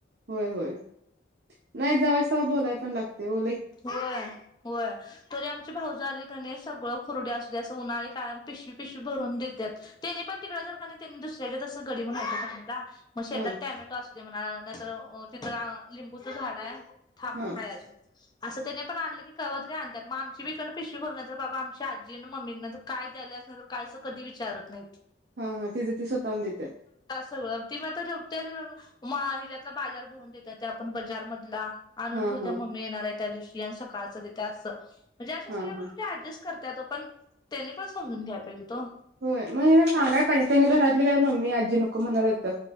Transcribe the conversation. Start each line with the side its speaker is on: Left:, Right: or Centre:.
Right: होय होय नाही जवाच्या तवा बोलायला पण लागतय वो
Left: होय होय तरी आमची भाऊज आली क नाही सगळं खुरड अस द्या अस <unintelligible> कायम पिशवी पिशवी भरून देतात त्यानी पण तिकड जर का त्यांनी पण दुसऱ्याकडे असं गडी म्हणून हायत ओ कामाला मग शेतात
Right: हा
Left: टॅमॅटो असू दे म्हणा नाहीतर तिथं लिंबूचं झाड आहे. थांब
Right: हा
Left: आहे अजून असं त्यांनी पण आणलं की कव तरी आणतात मग आमची पण इकडन पिशवी भरणार तर बाबा आमची आजी आणि मम्मी काय द्यायल काय? कधी? असं विचारत नाही.
Right: हा हा तीज ती स्वतःहून देतात.
Left: सगळं ती मात्र त्या हिच्यातला बाजार भरून देत ते आपण बजारमधला. आणून
Right: हा
Left: ठेवत
Right: हा
Left: मम्मी येणार आहे त्या दिवशी आणि सकाळचं तिथे असं म्हणजे अशा
Right: हा
Left: सगळ्या गोष्टी
Right: हा
Left: ऍडजेस्ट कर तो पण त्याने पण समजून घ्या पाहिजेत ओ
Right: होय मण सांगाय पाहिजे त्यांनी घरातली काय मम्मी आजी नको म्हणणार काय?